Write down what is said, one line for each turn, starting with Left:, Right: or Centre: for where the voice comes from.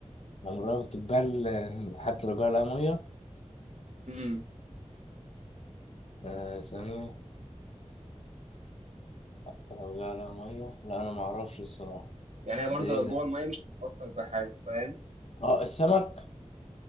Left: عمرها بتتبل آه، حتى لو جاها لها مية
Right: امم
Left: آه ثانية حتى لو جاها لها مية لا أنا معرفش الصراحة
Right: يعني هي
Left: ده
Right: برضه
Left: إيه
Right: لو
Left: ده؟
Right: جوه المية مش هتتأثر بحاجة فاهم
Left: آه السمك